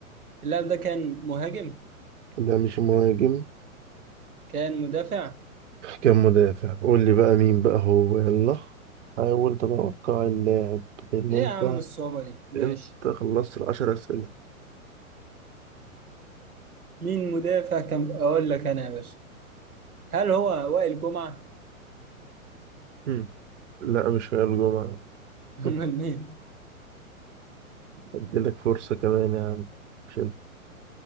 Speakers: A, on the right (about 90°); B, on the right (about 55°).
A: اللاعب ده كان مهاجم؟
B: لا مش مهاجم
A: كان مدافع؟
B: كان مدافع قول لي بقى مين بقى هو يلا حاول تتوقع اللاعب لأن
A: إيه
B: أنت
A: يا عم الصعوبة دي؟ ماشي
B: أنت خلصت العشر أسئلة
A: مين مدافع كان أقول لك أنا يا باشا هل هو وائل جمعة؟
B: مم. لا مش هي الجمعة
A: <laughs>
B: <laughs>
A: أمال مين؟
B: أديلك فرصة كمان يا عم مش أنت